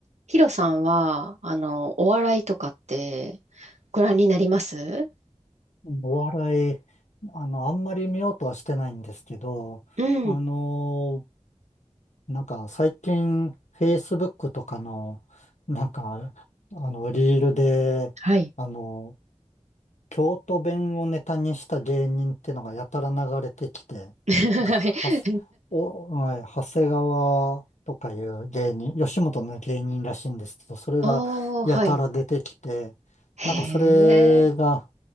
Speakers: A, on the right; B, on the left.
A: ヒロさんは、あの、お笑いとかってご覧になります
B: お笑い、あの、あんまり見ようとはしてないんですけど、
A: うん。
B: あのーなんか最近、Facebook とかの、なんか、あの、リールで、
A: はい。
B: あの、京都弁をネタにした芸人ってのがやたら流れてきて、な
A: <laughs> はい
B: んか、はす、お、はい長谷川とかいう芸人、吉本の芸人らしいんですけど、それがやたら出てきて、
A: お <laughs> ー、はい。へ
B: なんかそれが
A: え。